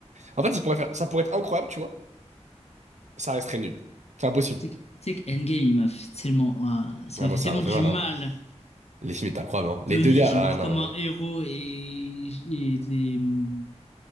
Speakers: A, on the right; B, on the left.
A: En fait, ils pourraient faire... ça pourrait être incroyable, tu vois. Ça resterait nul. C'est impossible.
B: Tu sais que tu sais que Endgame, il m'a fait tellement, ah, ça
A: Ah,
B: m'a
A: moi,
B: fait
A: ça
B: tellement
A: m'a fait
B: du
A: mal,
B: mal.
A: hein. Les films étaient incroyables, hein.
B: Tony
A: Les deux derniers.
B: qui
A: Ah,
B: meurt
A: non,
B: comme
A: mais.
B: un héros et, et, et, hum,